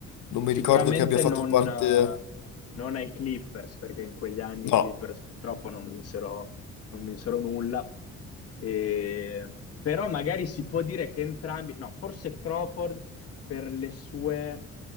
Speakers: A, on the left; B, on the left.
A: non
B: Sicuramente
A: mi ricordo che abbia fatto
B: non,
A: parte...
B: eh, non ai Clippers, perché in quegli anni
A: No.
B: i Clippers purtroppo non vinsero, non vinsero nulla. E- però magari si può dire che entrambi, no, forse Crawford per le sue